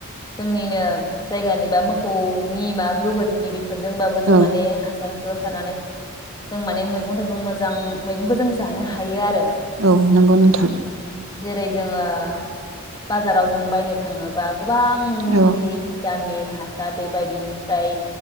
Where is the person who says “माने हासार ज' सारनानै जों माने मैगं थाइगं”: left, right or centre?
Left